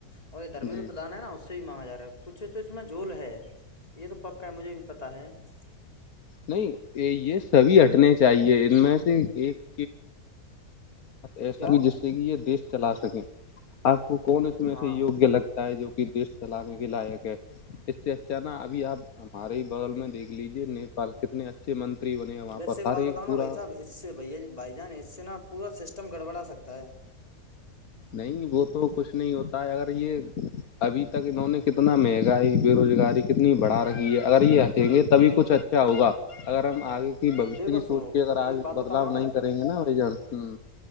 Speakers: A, on the left; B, on the left.
A: اور یہ دھرمندر
B: جی
A: پردان ہے نا اس <unintelligible> سے بھی مانگا جا رہا ہے کچھ تو اس میں جول ہے یہ تو پکا ہے مجھے بھی پتا ہے <unintelligible>
B: نہیں یہ سبھی ہٹنے چاہیے ان میں سے ایک <unintelligible> ایسا
A: کیا
B: ہی جس سے کہ یہ دیش چلا سکے آپ کو کون اس میں
A: ہاں
B: سے یگیہ لگ <unintelligible> جو کہ دیش چلانے کے لائق ہے اس سے اچانا ابھی آپ <unintelligible> ہمارے ہی بغل میں دھ لیجے نیپال کتنے اچھے منتری بنے ہیں وہاں
A: ویسے
B: پر
A: بات
B: ہر
A: بتاؤ
B: ایک
A: نا
B: پورا
A: بھائی صاحب اس سے بھیا جی بھائی جان اس سے نا پورا سسٹم گڑبڑا سکتا ہے
B: نہیں وہ تو کچھ نہیں ہوتا ہے اگر یہ ابھی تک انہوں نے کتنا مہنگائی بے روزگاری کتنی بڑھا رکھی ہے اگر یہ دیں گے تبھی کچھ اچھا ہوگا اگر ہم آگے کی بھشیہ
A: دیکھو
B: کی
A: سنو
B: سوچ کے اگر
A: ایک
B: آج
A: بات بتاؤں
B: بدلاؤ
A: نا میں
B: نہیں کریں گے نا بائی جان ہاں